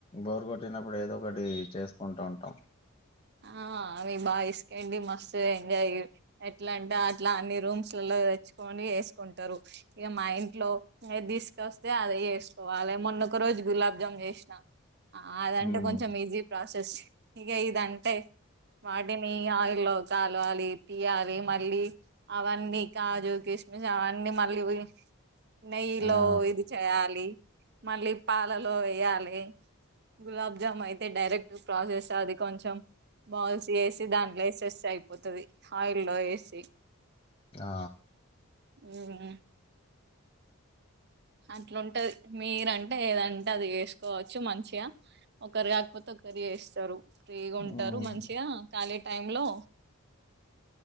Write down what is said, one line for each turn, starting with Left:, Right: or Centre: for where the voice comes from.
Left: బోరు కొట్టినప్పుడు ఏదో ఒకటి చేసుకుంటూ ఉంటాం
Right: ఆ అవి బా చేసుకండి మస్తు ఎంజాయ్ ఎట్లా అంటే అట్లా అన్ని రూమ్స్లలో తెచ్చుకొని చేసుకుంటారు ఇక మా ఇంట్లో ఏది తీసుకొస్తే అదే చేసుకోవాలి మొన్నొకరోజు గులాబ్ జామున్ చేసినా ఆ అదంటే
Left: ఉమ్
Right: కొంచెం ఈజీ ప్రాసెస్ ఇగ ఇదన్ అంటే వాటిని ఆయిల్లో కాలవాలి తీయాలి మళ్ళీ అవన్నీ కాజు, కిష్మిష్, అవన్నీ మళ్ళీ పోయి నెయ్యిలో
Left: ఆ
Right: ఇది చేయాలి, మళ్ళీ పాలలో ఏయాలే గులాబ్ జామ్ అయితే డైరెక్ట్ ప్రాసెస్ అది కొంచెం బాల్స్ చేసి దాంట్లో వేసేస్తే అయిపోతది ఆయిల్ లో వేసి
Left: ఆ
Right: ఉమ్ అట్లుంటది మీరంటే ఏదంటే అది చేసుకోవచ్చు మంచిగా ఒకరు కాకపోతే ఒకరి చేస్తారు ఫ్రీగా ఉంటారు
Left: ఉమ్
Right: మంచిగా ఖాళీ టైము లో